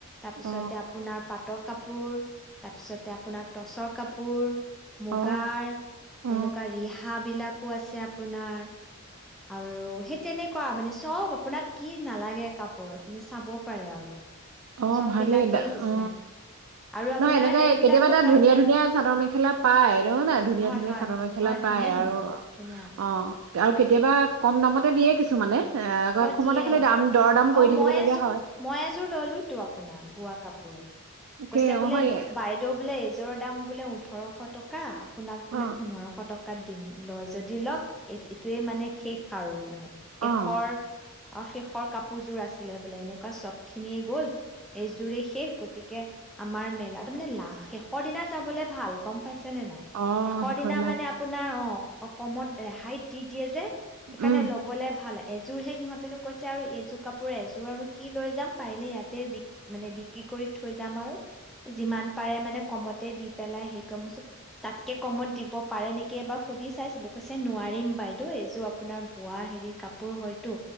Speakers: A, in the centre; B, on the right.
A: তাৰপিছতে
B: অ
A: আপোনাৰ পাট পাতৰ কাপোৰ তাৰপিছতে আপোনাৰ টচৰ কাপোৰ মুগাৰ,
B: অ অ
A: এনেকুৱা ৰিহা বিলাক কো আছে আপোনাৰ আৰু সেই তেনেকুৱা মানে চ'ব আপোনাক কি নালাগে কাপোৰ মানে চাবও পাৰে আৰু
B: অ
A: চববিলাকেই
B: ভালেই
A: দিছে।
B: অ
A: আৰু আপোনাৰ
B: নাই এনেকে
A: হেৰিবিলাকো
B: কেতিয়াবা তাত
A: পায়
B: ধুনীয়া ধুনীয়া চাদৰ মেখেলা পায় ন নাই ধুনীয়া
A: হয়
B: ধুনীয়া
A: হয়
B: চাদৰ মেখেলা
A: হয়
B: পায়
A: ধুনীয়া ধুনীয়া
B: আৰু
A: ধুনীয়া
B: অ আৰু কেতিয়াবা কম দামতে দিয়ে কিছুমানে এ আকৌ
A: অ
B: অসমতে
A: দিয়ে
B: খালি দাম দৰ দাম কৰি
A: অ
B: থাকিবলগীয়া
A: মই এযোৰ
B: হয়
A: মই এযোৰ ললো টো আপোনাৰ বোৱা কাপোৰ
B: তাকে
A: কৈছে
B: অ
A: বোলে
B: হয়
A: বাইদেউ বোলে এই জোৰৰ দাম বোলে ওঠৰশ টকা আপোনাক বোলে
B: অ',
A: পোন্ধৰশ টকা কাক দিম লয় যদি লওক এইটোৱে মানে শেষ আৰু মানে
B: অ',
A: এশৰ অ শেষৰ কাপোৰযোৰ আছিলে বোলে এনেকুৱা চব খিনিয়ে গল এইযোৰেই শেষ গতিকে আমাৰ মেলা তাৰ মানে লা শেষৰ দিনা যাবলে ভাল গম পাইছে নে নাই
B: অ',
A: শেষৰ
B: সেইখন
A: দিনা মানে আপোনাৰ অ' অ কমত ৰেহাইত দি দিয়ে যে, সেইকাৰণে
B: উম,
A: ল'বলে ভাল আ, যোৰহে সিহঁতেনো কৈছে আৰু এই এযোৰ কাপোৰ এযোৰ আৰু কি লৈ যাম পাৰিলে ইয়াতে বি মানে বিক্ৰী, কৰি থৈ যাম আৰু যিমান পাৰে মানে কমতে দি পেলাই সেই ক মোৰ তাতকে কমত দিব পাৰে নেকি এবাৰ সুধি চাইছিলো কৈছে নোৱাৰিম বাইদেউ এইযোৰ আপোনাৰ বোৱা হেৰি কাপোৰ হয়তু, তু!